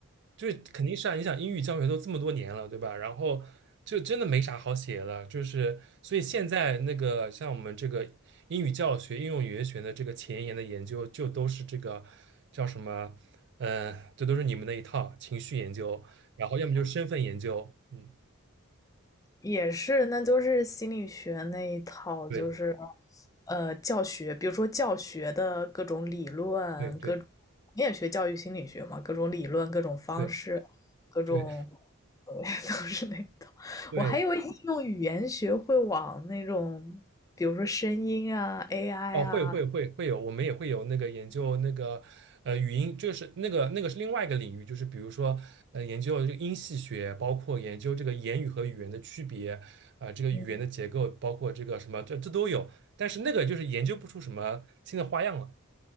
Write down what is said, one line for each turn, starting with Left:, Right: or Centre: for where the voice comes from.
Right: 就是肯定是啊，你想英语教学都这么多年了，对吧？然后就真的没啥好写的，就是所以现在那个像我们这个英语教学、应用语言学的这个前沿的研究，就都是这个叫什么？嗯、呃这都是你们那一套情绪研究，然后要么就是身份研究，嗯，
Left: 也是，那就是心理学那一套，
Right: 对
Left: 就是呃教学，比如说教学的各种理论，
Right: 对对
Left: 各种你也学教育心理学嘛，各种理论，各种方式，
Right: 对
Left: 各种
Right: 对。
Left: 对 <laughs> 都是那一套。
Right: 对
Left: 我还以为应用语言学会往那种，比如说声音啊、AI
Right: 哦，
Left: 啊，
Right: 会会会会有，我们也会有那个研究那个呃语音，就是那个那个是另外一个领域，就是比如说呃研究这个音系学，包括研究这个言语和语言的区别，啊、这个语言的结构，
Left: 嗯
Right: 包括这个什么，这这都有，但是那个就是研究不出什么新的花样了。